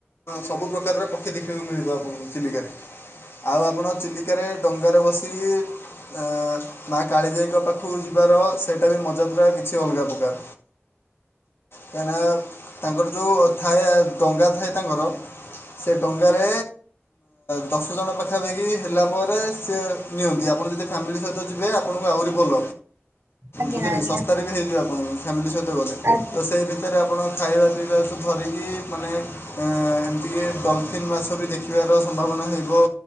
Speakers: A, on the left (about 75°); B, on the right (about 75°).
A: ସବୁ ପ୍ରକାରର ପକ୍ଷୀ ଦେଖିବାକୁ ମିଳିବ ଆପଣ କୁ ଚିଲିକାରେ। ଆଉ ଆପଣ ଚିଲିକାରେ ଡଙ୍ଗାରେ ବସି ଅ ମା କାଳିଜାଇଙ୍କ ପାଖକୁ ଯିବାର ସେଇଟା ବି ମଜା ପୁରା କିଛି ଅଲଗା ପ୍ରକାର। କାହିଁକିନା ତାଙ୍କର ଯୋଉ ଥାଏ ଡଙ୍ଗା ଥାଏ ତାଙ୍କର ସେ ଡଙ୍ଗାରେ ଦଶ ଜଣ ପାଖାପାଖି ହେଲା ପରେ ସିଏ ନିଅନ୍ତି। ଆପଣ ଯଦି ଫ୍ୟାମିଲି ସହିତ ଯିବେ ଆପଣଙ୍କୁ ଆହୁରି ଭଲ।
B: ଆଜ୍ଞା
A: ବୁଝିଲେ କି।
B: ଆଜ୍ଞା
A: ଶସ୍ତାରେ ବି ହେଇଯିବ ଆପଣ ଫ୍ୟାମିଲି ସହିତ ଗଲେ।
B: ଆଜ୍ଞା
A: ତ ସେଇ ଭିତରେ ଆପଣ ଖାଇବା ପିଇବା ସବୁ ଧରିକି ମାନେ ଏମିତିକି ଡଲଫିନ୍ ମାଛ ବି ଦେଖିବାର ସମ୍ଭାବନା ହେବ।